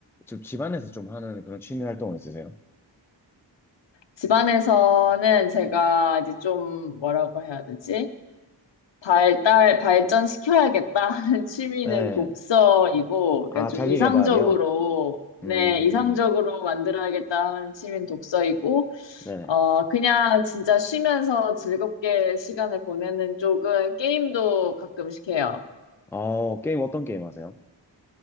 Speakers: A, in the centre; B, on the left.
A: 좀 집안에서 좀 하는 그런 취미 활동은 있으세요?
B: 집안에서는 제가 이제 좀 뭐라고 해야 되지? 발달, 발전시켜야겠다 하는 <laughs> 취미는
A: 네.
B: 독서이고,
A: 아,
B: 그러니까 좀
A: 자기
B: 이상적으로,
A: 개발이요?
B: 네,
A: 음,
B: 이상적으로 만들어야겠다 하는 취미는 독서이고,
A: 네네.
B: 어, 그냥 진짜 쉬면서 즐겁게 시간을 보내는 쪽은 게임도 가끔씩 해요.
A: 어, 게임 어떤 게임 하세요?